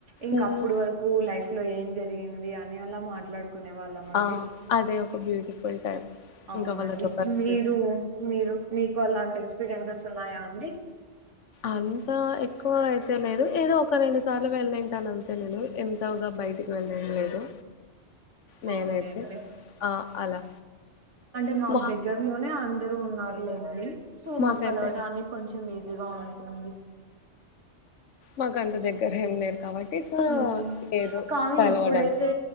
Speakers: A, on the right (about 85°); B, on the left (about 90°).
A: ఇంకా
B: ఉమ్,
A: అప్పుడు వరకు లైఫ్ నా ఎంజాల్ తినింది ది అని అలా మాట్లాడుకు కొనే వాళ్ళం అండి
B: ఆ అదే ఒక బ్యూటిఫుల్ టైం
A: అవునండి
B: ఇంకా వాళ్ళతో కలిసి
A: మీరు మీరు మీకు అలాంటి మ్యాంగొస్ ఉన్నాయా అండి
B: అంతా ఎక్కువ అయితే లేదు ఏదో ఒక రెండు సార్లు వెళ్ళంటాను అంతే నేను ఎంతగా బయటికి వెళ్ళింట్ల లేదు నేనైతే
A: అవునులేండి
B: ఆ అలా
A: అంటే <unintelligible> మాకు
B: మా
A: దగ్గరలోనే అ ఇద్దరు ఉన్నారు లేండి సో
B: మాకైతే
A: మాక్ కలవడాన్ని కొంచెం ఇజి జగన్ <inaudible> అంటుంది
B: మాకంత దగ్గర ఏం లేరు కాబట్టి సో
A: మ్మ్
B: లేదు
A: కానీ
B: కలవడానికి
A: ఇప్పుడైతే